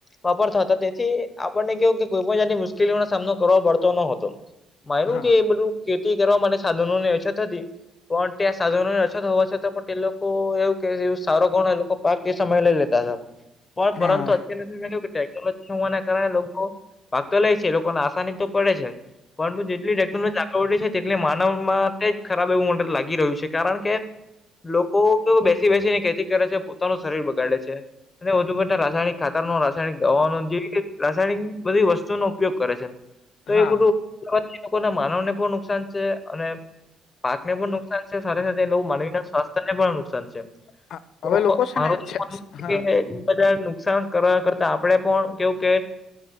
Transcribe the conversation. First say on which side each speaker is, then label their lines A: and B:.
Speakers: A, on the left; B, on the left.
A: વાપરતા હતા તેથી આપણને કેવું કે કોઈ પણ જાની મુશ્કેલીઓનો સામનો કરવાવો પડતો નતો માનું
B: હા
A: કે એ બધું ખેતી કરવા માટે સાધનો ની અછત હતી પણ્યાં સાધનો ની અછત હોવા છ પણ એ લોકો એવું કે સારો ગણ એ લોકો પાક તે સમય લઈ લેતા હતા પણ
B: હા
A: પરંતુ અત્યારે નથી મેં ક કે ટેકનોલોજી વા કારણે લોકો ભાગતો લે છે લોકોને આસાની તો પડે છે પણુ જેટલી ટેકનોલોજી આવડે છે તેટલે માનવમાં તે જ ખરાબ એવું મ લાગી રહ્યું છે કારણ કે લોકો કે બેસી બેસીને ખેતી કરે છે પોતાનું શરીર બગાડે છે. અને વધુ પડતા રાસાયણ ખતર નો રાસાયણિક દવા ન જેવી રાસાયણિક બધી વસ્તુ નો ઉપયોગ કરે છે તો
B: હા
A: એ બધું લોકો ના માનવને પણ નુકસાન છે અને પાક ને પણ નુકસાન છે સાથે સાથે લોકો માનવી ના સ્વાસ્થ્ય ને પણ નુકસાન છે તો
B: હા હવે લોકો છે
A: મારું
B: ને
A: માનવું
B: હા
A: છે કે બધા નુકસાન કરવા કરતા આપણે પણ કેવું કે